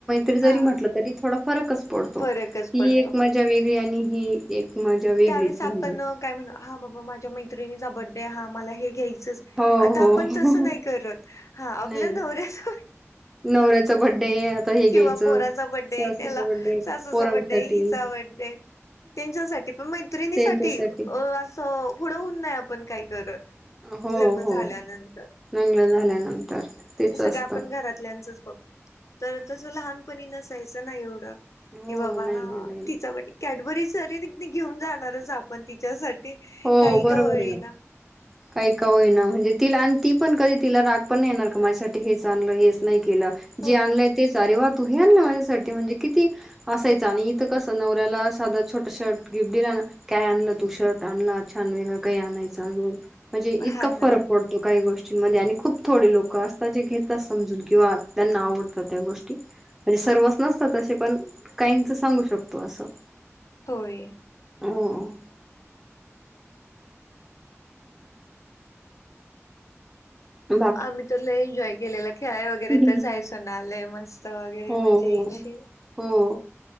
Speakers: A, in the centre; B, on the left (about 80°).
A: त
B: हा
A: जरी म्हटलं तरी थोडा फरकच पडतो
B: फरकच
A: ती
B: पडतो
A: एक मजा वेगळी आणि ही एक मजा वेगळीच
B: त्यावेळेस आपण
A: म्हणजे.
B: काय म्हण हा बाबा माझ्या मैत्रिणीचा बर्थडे हा मला हे घ्यायच
A: हो
B: आता
A: हो
B: आपण तस नाही करत हा आपल्या
A: नाही
B: नवऱ्यास
A: नवऱ्याचा बड्डे हे घ्यायचं
B: किंवा बोराचा बड्डे
A: सासूचा
B: त्याला
A: बड्डे
B: सासूचा
A: पोरांसाठी
B: बड्डे हिचा बड्डे त्यांच्यासाठी पण मैत्रिणीसाठी
A: त्यांच्यासाठी
B: असं पुढं होन नाही आपण काय करत
A: हो
B: लग्न
A: हो,
B: झाल्यानंतर
A: लग्न झाल्यानंतर. तेच
B: हे सगळं
A: असतं
B: आपण घरातल्यांचच बघतो तर तसं लहानपणी नसायचं ना एवढं.
A: हो
B: की बाबा
A: नाही ना नाही ना
B: तिचा <unintelligible> कॅडबरी सरी घेऊन जाणारच आपण तिच्यासाठी
A: हो
B: काही
A: बरोबर
B: का होई
A: आहे
B: ना.
A: काही का होईना म्हणजे तिला आणि ती पण कधी तिला राग पण नाही येणार का माझ्यासाठी हेच आणलं हेच नाही केलं.
B: हो
A: जे आणलंय ते स रे वाह तूही आणला माझ्यासाठीठी म्हणजे किती असायच आणि इथं कसं नवऱ्याला साधा छोटा छोट गिफ्ट दिला ना काय आणलं तू शर्ट आणला छान वेगळं काही आणायच अजून म्हणजे इतका
B: हा ना
A: फरक पडत तो काही गोष्टींमध्ये आणि खूप थोडे लोक असतात जे घेतात समजून किंवा त्यांना आवडतात त्या गोष्टी म्हणजे सर्वच नसतात ते पण काहींच सांगू शकतो असं.
B: होय.
A: हो ब.
B: आम्ही त लई एन्जॉय केलेला खेळाय वगैरे
A: हो
B: तर जायचो नालय मस्त वगैरे
A: हो
B: मजा याची
A: हो.